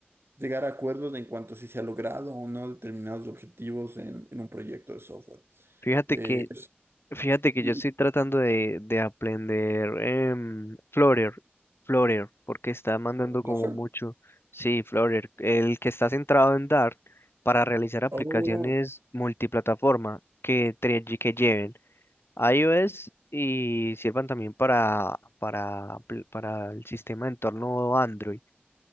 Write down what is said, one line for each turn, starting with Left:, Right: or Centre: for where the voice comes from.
Right: llegar a acuerdos en cuanto a si se ha logrado o no determinados objetivos en, en un proyecto de software.
Left: Fíjate
Right: Eh,
Left: que
Right: es-
Left: Fíjate que
Right: y,
Left: yo estoy
Right: y-
Left: tratando de, de aprender em, Flutter, Flutter, porque está mandando
Right: ¿lo
Left: como
Right: hace?
Left: mucho. Sí, Flutter, el que está centrado en Dart para realizar aplicaciones
Right: Oh,
Left: multiplataforma que, tre- que lleven iOS y sirvan también para, para, apl- para el sistema de entorno Android.